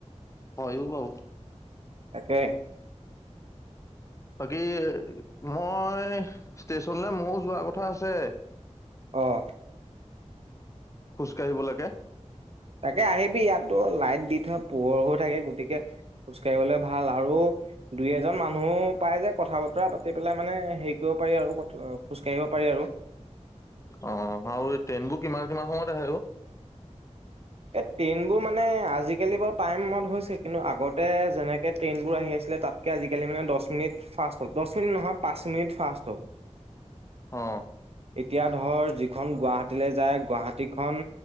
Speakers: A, on the left; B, on the right.
A: হয়ও বাৰু!
B: তাকে।
A: বাকী মই ষ্টেশচনলে মইও যোৱা কথা আছে।
B: অঁ।
A: খোজ কাঢ়িব লাগে।
B: তাকে আহিবি ইয়াতো লাইট দি থয়, পোহৰ হৈ থাকে গতিকে খোজ কাঢ়িবলে ভাল আৰু দুই এজন মানুহ পাই যায় কথা বতৰা পাতি পেলাই মানে হেৰি কৰিব পাৰি আৰু অ খোজ কাঢ়িব পাৰি আৰু।
A: অ আৰু ট্ৰেইনবোৰ কিমান কিমান সময়ত আহে ঔ?
B: এই ট্ৰেইনবোৰ মানে আজিকালি বাৰু টাইমত হৈছে, কিন্তু আগত আগতে যেনেকে ট্ৰেইনবোৰ আহি আছিলে, তাতকে আজিকালি মানে দছ মিনিট ফাষ্ট হ'ল, দছ মিনিট নহয় পাঁচ মিনিট ফাষ্ট হ'ল।
A: অঁ।
B: এতিয়া ধৰ যিখন গুৱাহাটীলে যায়, গুৱাহাটীখন